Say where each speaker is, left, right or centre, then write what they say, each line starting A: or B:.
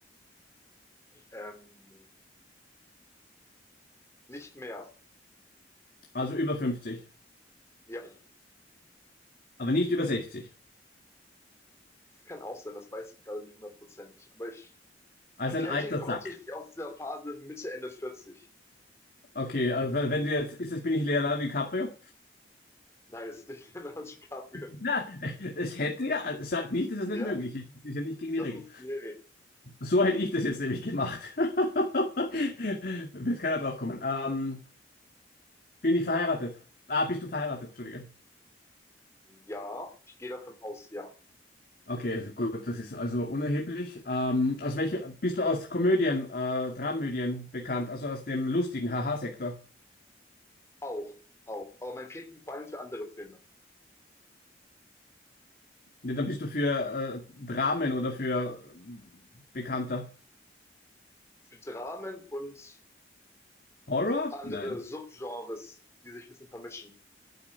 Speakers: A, on the left; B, on the left.
A: Ähm, nicht mehr.
B: Also über fünfzig,
A: Ja,
B: aber nicht über 60?
A: das kann auch sein, das weiß ich gerade nicht hundertprozentig. Aber ich,
B: Also
A: man kennt
B: ein alter
A: ihn hauptsächlich
B: Sack.
A: aus der Phase Mitte, Ende 40.
B: Okay, also wenn wenn du jetzt, ist das, bin ich Leonardo DiCaprio?
A: Nein, es ist nicht <laughs> Leonardo DiCaprio.
B: <laughs> Na, es hätte ja, sagt nicht, dass es
A: Ja,
B: nicht möglich ist. Das ist ja nicht gegen die
A: das
B: Regeln.
A: ist, nee, nee.
B: So hätte ich das jetzt nämlich gemacht. <laughs> Wird keiner drauf kommen. Ähm, bin ich verheiratet? Ah, bist du verheiratet? Entschuldige.
A: Ja, ich gehe davon aus, ja.
B: Okay, also gut, das ist also unerheblich. Ähm, aus welcher, bist du aus Komödien, äh, Dramödien bekannt, also aus dem lustigen Haha-Sektor?
A: Auch, auch. Aber man kennt ihn vor allem für andere Filme.
B: Ja, dann bist du für äh, Dramen oder für äh, bekannter
A: Für Dramen und
B: Horror?
A: andere
B: Nein.
A: Subgenres, die sich ein bisschen vermischen.